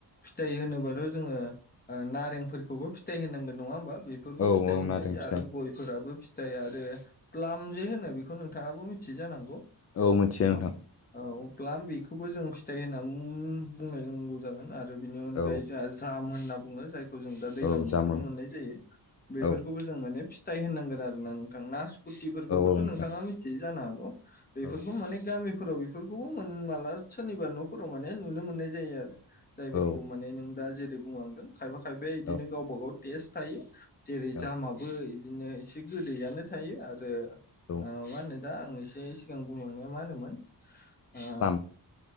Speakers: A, on the left; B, on the left.
A: फिथाइ होनोबथ' जोङो ओ नारें फोरफोरखौबो फिथाइ होनांगोन नङा होमबा बेफोरबोथ
B: औ
A: फिथाइ
B: औ
A: होनजायो
B: नारें फिथाइ
A: आरो गयफोराबो फिथाइ आरो प्लाम जे होनो बेखौ नोंथाङाबो मिथि यो जानांगौ
B: औ मिथियो
A: न
B: नोंथां
A: औ ब्पाम बेखौबो जों फिथाइ होननानै बुं-बुंनांगौ। जोन आरो बिनि अनगायै
B: औ
A: जोंहा जाम होनना बुङो जायखौ जों दा दै्लां
B: औ जामुन
A: बोथोराव मोननाय जायो। बेफोरखौबो
B: औ
A: जों माने फिथाइ होनांगोन आरोना नोंथां नासपुटिफोरखौबोथ'
B: औ औ नोंथां
A: नोंथाङा मिथियै जानो हागोन। बेफोरखौ
B: औ
A: माने गामि फोराव बेफोरखौबो मोने माला सोरनिबा न'फोराव माने नुनो मोननाय जायो आरो। जायफोरखौ
B: औ
A: माने नों दा जेरै बुंलांदों खायफा खायफाया बिदिनो
B: औ
A: गावब गाव टेस्ट थायो। जेरै
B: औ
A: जामाबो इदिनो एसे गोदैयानो थायो आरो
B: औ
A: ओ मा होनो दा आं? एसे सिगां बुंलांनाया मा होनोमोन? ओ
B: प्लाम